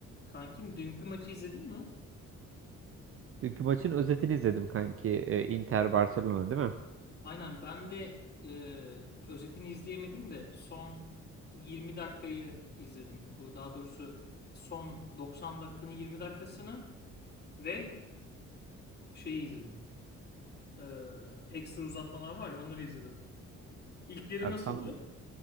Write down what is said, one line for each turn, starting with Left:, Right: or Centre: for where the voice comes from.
Left: Kankim dünkü maçı izledin mi?
Right: Dünkü maçın özetini izledim kanki. Ee, Inter Barcelona değil mi?
Left: Aynen ben de e, özetini izleyemedim de son 20 dakikayı izledim. Bu daha doğrusu son 90 dakikanın 20 dakikasını ve şeyi izledim. E, ekstra uzatmalar var ya onları izledim. İlk yarı
Right: Abi
Left: nasıldı?
Right: tam